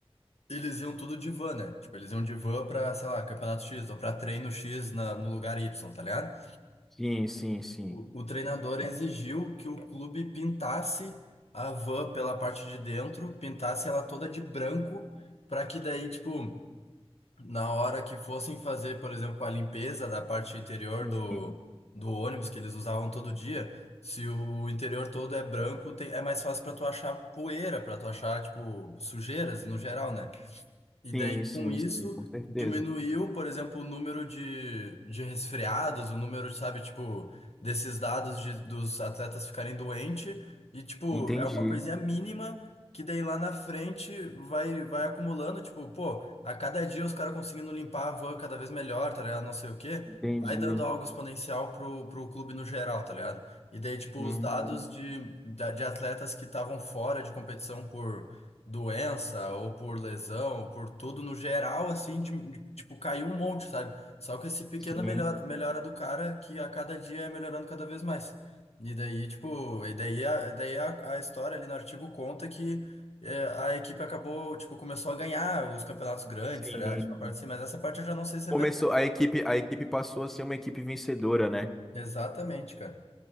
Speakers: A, on the left; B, in the centre.
A: eles iam tudo de van, né? Tipo, eles iam de van pra, sei lá, campeonato X ou pra treino X na, no lugar Y, tá ligado?
B: Sim, sim, sim.
A: O, o treinador exigiu que o clube pintasse a van pela parte de dentro, pintasse ela toda de branco, para que daí, tipo, na hora que fossem fazer, por exemplo, a limpeza da parte interior
B: Sim,
A: do, do ônibus que eles usavam todo dia, se o interior todo é branco, tem- é mais fácil para tu achar poeira, para tu achar, tipo, sujeiras no geral, né? E daí,
B: sim,
A: com
B: sim,
A: isso,
B: sim, com certeza.
A: diminuiu, por exemplo, o número de, de resfriados, o número, sabe, tipo, desses dados de, dos atletas ficarem doentes. E, tipo,
B: Entendi,
A: é uma coisinha mínima que daí lá na frente vai, vai acumulando, tipo, pô, a cada dia os caras conseguindo limpar a van cada vez melhor, tá ligado? Não sei o quê.
B: entendi.
A: Vai dando algo exponencial pro, pro clube no geral, tá ligado? E daí, tipo,
B: Uhum.
A: os dados de, da- de atletas que estavam fora de competição por doença ou por lesão, ou por tudo no geral, assim, de, de- tipo, caiu um monte, sabe? Só que esse pequena
B: Sim,
A: melhora, melhora do cara que a cada dia é melhorando cada vez mais. E daí, tipo, e daí a, daí a, a história ali no artigo conta que é, a equipe acabou, tipo, começou a ganhar os campeonatos grandes,
B: sim.
A: tá ligado? Tipo, a parte assim, mas essa parte eu já não sei se
B: Começou,
A: é verdade.
B: a equipe, a equipe passou a ser uma equipe vencedora, né?
A: Exatamente, cara.